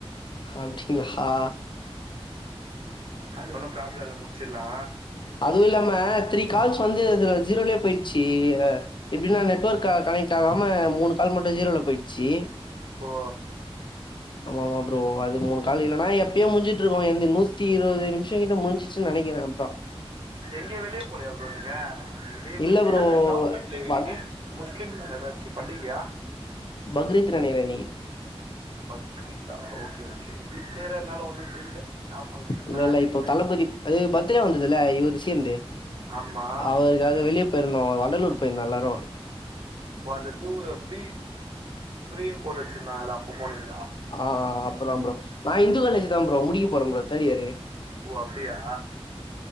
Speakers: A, on the left (about 50°); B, on the right (about 60°).
A: ஹப்டி ஹா
B: அது ஒண்ணூ ப்ராப்ளோ இல்ல முச்சிட்லா
A: அதுவு இல்லாம த்ரீ கால்ஸ் வந்து ஜீரோலயே போய்டுச்சு எப்டின்னா நெட்ஒர்க் க கனெ க்டாகாம மூணு கால் மட்டு ஜீரோல போய்ட்ச்சு
B: ப்போ
A: ஆமாமா ப்ரோ அது மூணு கால் இல்லனா எப்பயோ முஞ்சிட்டிருக்கு எந்து நூத்தி இருவது நிம்ஷ கிட்ட முஞ்சிச்சுனு நெனக்கிற இப்ப
B: எங்கியு வெளிய போலயா ப்ரோ நீங்க இன்னிக்கு லீவு
A: இல்ல
B: இன்னிகின்னா
A: ப்ரோ
B: கவர்மெண்ட் லீவு இன்னிக்கு
A: ப
B: முஸ்லீம்ங் ஏதாச்சு பண்டிகயா
A: பக்ரீத் நெனைக்கிறேன் இன்னைக்கு
B: பக்ரீத்தா ஓகே ஓகே வீட்லயே இருந்தனால ஒன்றும் தெரியல நான் ஃபங்க்ஷன்
A: இல்லல்ல
B: நான் என்ன
A: இப்போ
B: தெரியல
A: தளபதி அது பர்த்டே வந்ததுல்ல இவுரு சீம்து
B: ஆமா
A: அவருக்காக வெளிய போய்ருந்தோ வண்டலூர் போய்ருந்தோ எல்லாரு
B: ஓ அந்த ஜூவு ஃப்ரீ ஃப்ரீன் போட்டு வச்சிருந்தாங்கல்ல அப்போ போனீங்
A: ஆ அப்பதா ப்ரோ நா இந்து காலேஜு தா ப்ரோ முடிக்க போற ப்ரோ தேர்ட் இயரு
B: ஓ அப்டியா